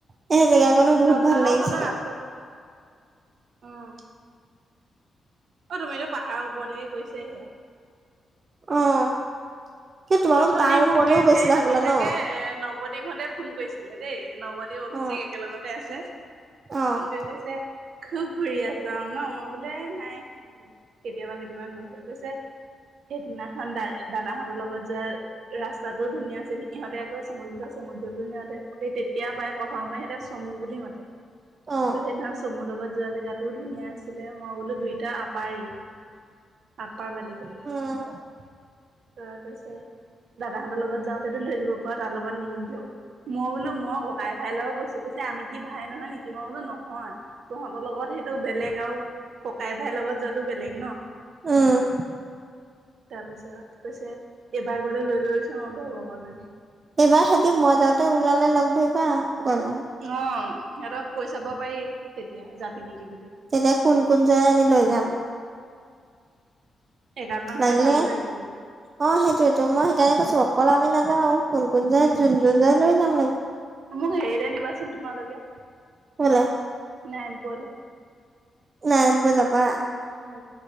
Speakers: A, on the right; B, on the right.
A: সেই জেগাকনো বহুত
B: দফলাগড়
A: ভাল লাগিছিলে
B: ফালে, ৰাস্তাত। অ'! অ'! তুমিতো পাহাৰৰ ওপৰলৈকে গৈছে, সেয়া।
A: অ'! সেই তোমালোক
B: অঠনি
A: তাৰ
B: মোক,
A: ওপৰলৈও গৈছিলা
B: সেইটো
A: হ'বলা
B: কথাকে,
A: ন
B: নৱদ্বীপ হঁতে ফোন কৰিছিলে দেই, নৱ এ, অভিষেক
A: অ',
B: একেলগতে আছে।
A: অ',
B: ফোন কৰি কৈছে, খুউব ঘুৰি আছ আৰু ন'? মই বোলে নাই। বোলো কেতিয়াবা, কেতিয়াবা গৈছ, গৈছে। সেইদিনাখন, দা, দাদাহঁতৰ লগত যায়। ৰাস্তাটোও ধুনীয়া আছিল! ইহঁতে আকৌ, চমজিত চমুজ্জলৈ যাওঁতে, সেই তেতিয়াপাই প্ৰথম পাই, সিহঁতে চমো‌ বুলি মাতে।
A: অ'!
B: সেইনাখন, চমো লগত যোৱা, জেগাটোও ধুনীয়া আছিলে! মই বোলোঁ, দুইটা পাৰি। আপ্পাৰ বালিজান।
A: অ',
B: তৰপৰা, কৈছে! দাদাহঁতৰ লগত যাওঁতেটো, লৈ যাব পাৰা? তাৰ লগত নিনিলেও। মই বোলোঁ, মই ককাই-ভাইৰ লগত গৈছোঁ, কৈছে! আমি কি ভাই নহয়, নেকি? মই বোলোঁ, নহ হয়, তহঁতৰ লগত সেইটো বেলেগ আৰু ককাই ভাইৰ লগত যোৱাটো বেলেগ ন'!
A: উম!
B: তাৰপিছত, কৈছে! এইবাৰ গ'লে, লৈ যাবিচোন? মই বোলোঁ, হ'ব বাৰু লৈ যাম।
A: এইবাৰ হেঁতি, মই যাওঁতে, ওলালে লগ ধৰিবা, গ'লে।
B: অ'! সিহঁতক কৈ চাব পাৰি, তেতিয়া যাবি নেকি, বুলি।
A: তেতিয়া, কোন কোন যায়, আমি লৈ যাম।
B: এগালমান হ'লে,
A: লাগিলে
B: ভালো লাগে গৈ!
A: অ'! সেইটোৱেটো, মই সেইকাৰণে কৈছোঁ! অকল আমি নাযাওঁ। কোন-কোন যায়,
B: উম
A: যোন-যোন যায়, লৈ যাম লাগিলে।
B: মোক হেৰিলে নিবাচোন তোমালোকে?
A: ক'লে?
B: নাৰায়ণপুৰলে।
A: নাৰায়ণপুৰ যাবা?
B: উম,